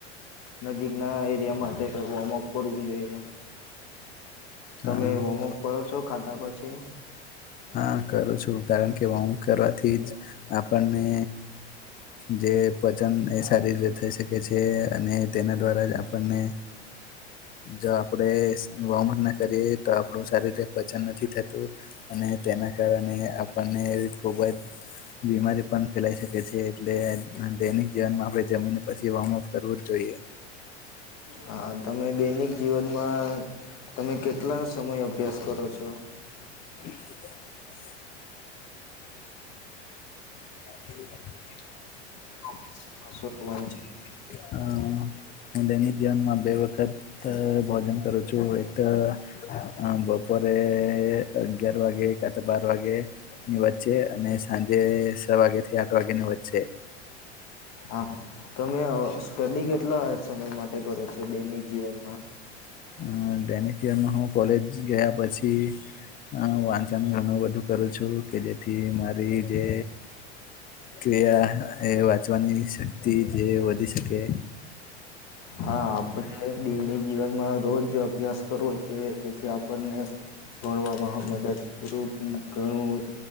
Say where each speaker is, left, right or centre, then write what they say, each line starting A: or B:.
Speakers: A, on the left; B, on the left.
A: નજીક ના એરિયા માટે વોર્મઅપ કરવું જોઈએ, તમે
B: હા
A: વોર્મઅપ કરો છો ખાધા પછી?
B: હા કરું છું, કારણ કે વોર્મઅપ કરવાથી જ આપણને જે પચન એ સારી રીતે થઈ શકે છે અને તેના દ્વારા જ આપણ ને જો આપડે વોમ ના કરીએ તો આપડું સારી રીતે પચન નથી થતું અને તેના કારણે આપણને ખુબ જ બીમારી પણ ફેલાઈ શકે છે, એટલે હા દૈનિક જીવનમાં આપડણે જમી ને પછી વોર્મઅપ કરવું જ જોઈએ.
A: હા તમે દૈનિક જીવનમાં તમે કેટલા સમય અભ્યાસ છો?
B: <inaudible> <inaudible>
A: <inaudible> <inaudible>
B: હ હું દૈનિક જીવનમાં બે વખત ત ભોજન કરું છું, એક ત અ બપોરે અગિયાર વાગે કા તો બાર વાગે ની વચ્ચે અને સાંજે છ વાગે થી આઠ વાગે ની વચ્ચે.
A: હા તમે સ્ટડી કેટલા સમય માટે કરો છો દૈનિક જીવનમા?
B: અ દૈનિક માં હું કોલેજ ગયા પછી વાંચન ઘણું બધું કરું છું, કે જેથી મારી જે ક્રિયા એ વાંચવાની શક્તિ જે વધી શકે?
A: હા, આપણે દૈનિક જીવનમાં રોજ અભ્યાસ કરવો જ જોઈએ, તેથી આપણને ભણવામાં મદદરૂપ ઘણું